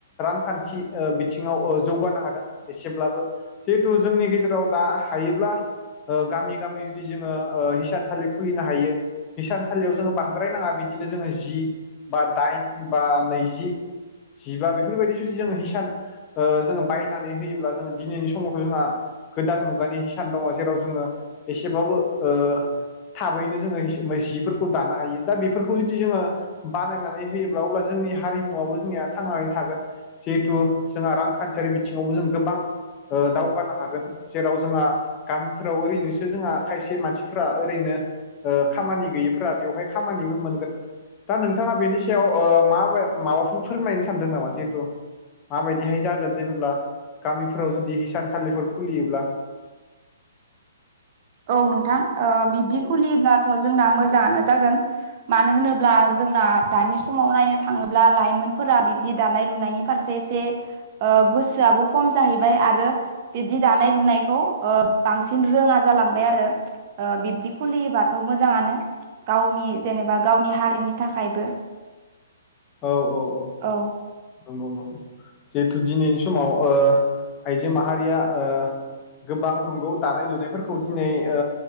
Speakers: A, on the left; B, on the right.
A: रांखान्थि बिथिङाव जौगानो हादों एसेब्लाबो। जिहेथु जोंनि गेजेराव दा हायोब्ला गामि गामि जुदि जोङो हिसानसालि खुलिनो हायो। हिसानसालियाव जोङो बांद्राय नाङा बिदिनो जोङो जि बा दाइन बा नैजि जिबा बेफोरबायदि जुदि जोङो हिसान जोङो बायनानै होयोब्ला जोङो दिनैनि सु समावथ' जोंहा गोदान मुगानि सान दङ जेराव जोङो एसेब्लाबो ओ थाबैनो जोङो जिफोरखौ दानो हायो दा बेफोरखौ जुदि जोङो बानायनानै होयोब्ला अब्ला जोंनि हारिमुवाबबो जोंनिया थांनानै थागोन। जिहेथु जोंहा रांखान्थियारि बिथिङावबो जों गोबां ओ दावगानो हागोन। जेराव जोंहा गामिफोराव ओरैनोसो जोंहा खायसे मानसिफोरा ओरैनो ओ खामानि गैयिफोरा बेवहाय खामानिबो मोनगोन दा नोंथाङा बेनि सायाव ओ मा माबाफोर फोरमायनो सानदों नामा जिहेतु माबायदिहाय जागोन जेनेब्ला गामिफोराव जुदि हिसानसालिफोर खुलियोब्ला?
B: औ नोंथां बि्दि
A: औ
B: खुलियोब्लाथ' जोंना मोजाङानो जागोन। मानो होनोब्ला जोंना दानि समाव नायनो थाङोब्ला लाइमोनफोरा बिब्दि दानाय लुनायनि फारसे एसे गोसोआबो खम जाहैबाय आरो बिब्दि दानाय लुनायखौ बांसिन रोङा जालांबाय आरो बिब्दि खुलियोबा औ मोजाङानो गावनि जेनेबा गावनि हारिनि थाखायबो।
A: औ औ औ।
B: औ
A: नंगौ नंगौ। जिहेथु दिनैनि समाव ओ आइजो माहारिया ओ गोबां नंगौ दानाय लुनायफोरखौ दिनै ओ